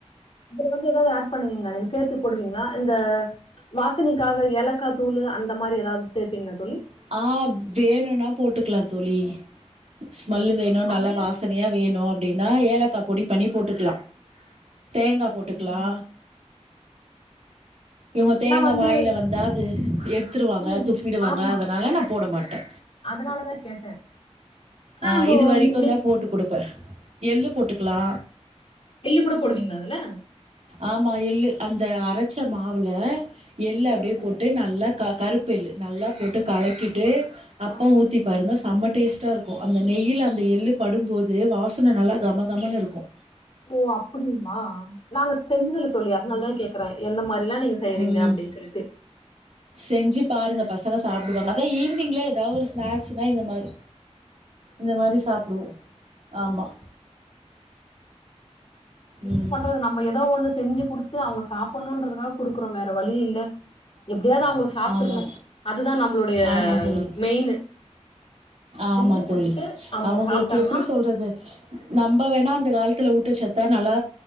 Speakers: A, on the left; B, on the right.
A: இதுல வந்து ஏதாவது ஆட் பண்ணுவீங்களா நீங்க சேத்து போடுவீங்களா இந்த வாசனைக்காக ஏலக்கா தூளு அந்த மாரி எதாவது சேப்பீங்களா தோழி
B: ஆ வேணும்னா போட்டுக்கலா தோழி ஸ்மெல்லு வேணு
A: அப்டி
B: நல்லா
A: இருக்கு
B: வாசனையா வேணு அப்டின்னா ஏலக்கா பொடி பண்ணி போட்டுக்களா தேங்கா போட்டுக்கலா
A: அது சரி
B: இவங்க தேங்கா
A: நா வந்து
B: வாயில வந்தாது எத்துருவாங்க
A: ம்
B: துப்பிடுவாங்க
A: ஆமா
B: அதனால நா போட மாட்டே
A: அதனாலதா கேட்டே ஆனா
B: ஆ
A: நம்போ
B: இது வரைக்கு
A: மி
B: தா போட்டு குடுப்பே எள்ளு போட்டுக்ளா
A: எள்ளு கூட போடுவீங்களா அதுல
B: ஆமா எளு அந்த அரச்ச மாவுல எள்
A: சரிங்க
B: அப்டியே
A: தோழி
B: போட்டு நல்லா க கருப்பு எள்ளு நல்லா போட்டு கலக்கிட்டு அப்ப
A: ஆ
B: ஊத்தி பாருங்க சம்ம டேஸ்ட்டா இருக்கு அந்த நெய்யில அந்த எள்ளு படும்போது வாசன நல்லா கமகமன்னு இருக்கு
A: ஓ அப்டிங்ளா நாங்க செஞ்சதில்ல தோழி அதுனால தா கேக்குறே எந்த மாதிரில்லா நீங்க செய்றீங்க
B: ம்
A: அப்டின் சொல்லிட்டு
B: செஞ்சு பாருங்க பசங்க சாப்டுவாங்க அதா ஈவ்னிங்ல எதா ஒரு ஸ்நாக்ஸ்னா இந்த மாரி இந்த மாரி சாப்டுவோ ஆமா
A: என்ன
B: ம்
A: பண்றது நம்ம எ தோ ஒண்ணு செஞ்சு குடுத்து அவங்க சாப்புணும்ன்றதாக குடுக்குறோ வேற வழி இல்ல எப்டியாது அவங்க சாப்ட்ருணோ
B: ஆமா
A: அதுதா நம்மளுடைய
B: ஆமா தோழி
A: மெயினு
B: ஆமா
A: செஞ்சு குடுத்து
B: தோழி
A: அவங்க
B: அவுங்களுக்கு
A: சாப்ட்டாங்கன்னா
B: எப்டி சொல்றது நம்ம வேணா அந்த காலத்துல ஊட்டச்சத்தா நல்லா